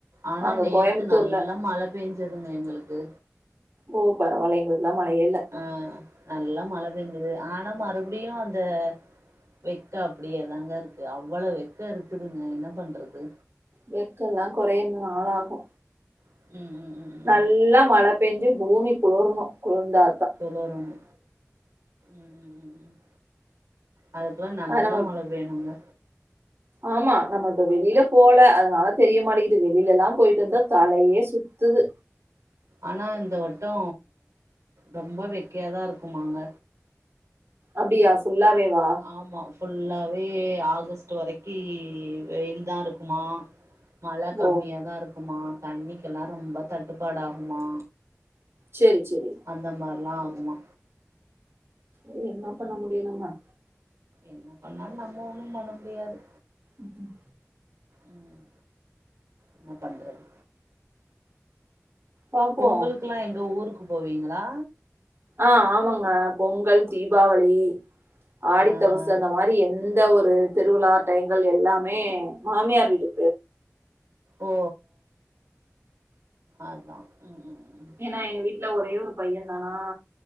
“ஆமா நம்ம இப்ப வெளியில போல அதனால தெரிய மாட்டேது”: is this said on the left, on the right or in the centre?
Right